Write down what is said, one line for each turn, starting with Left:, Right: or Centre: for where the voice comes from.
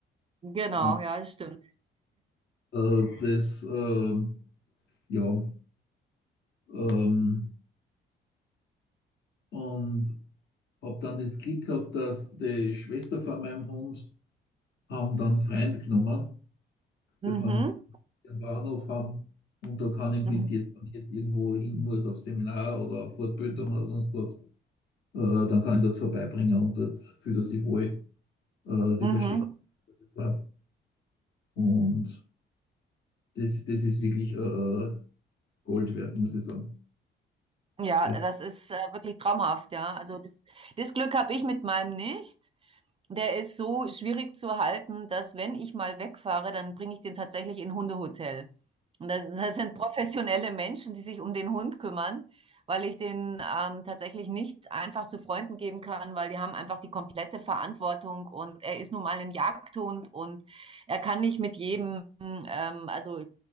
Right: Genau,
Left: Und,
Right: ja, das stimmt.
Left: äh, das, äh, ja, ähm, und habe dann das Glück gehabt, dass die Schwester von meinem Hund haben dann Freund genommen, befreundet
Right: Mhm.
Left: am Bahnhof haben. Und da kann ich
Right: Mhm.
Left: bis jetzt, wenn ich jetzt irgendwo hin muss, auf Seminar oder auf Fortbildung oder sonst was, äh, dann kann ich dort vorbeibringen und dort fühlt er sich wohl. Äh, die
Right: Mhm.
Left: verstehen das zwar. Und das, das ist wirklich äh, Gold wert, muss ich sagen.
Right: Ja,
Left: Das,
Right: das ist äh, wirklich traumhaft, ja. Also das, das Glück habe ich mit meinem nicht. Der ist so schwierig zu halten, dass wenn ich mal wegfahre, dann bringe ich den tatsächlich in ein Hundehotel. Und da, da sind professionelle Menschen, die sich um den Hund kümmern, weil ich den ähm, tatsächlich nicht einfach zu Freunden geben kann, weil die haben einfach die komplette Verantwortung und er ist nun mal ein Jagdhund und er kann nicht mit jedem, ähm, also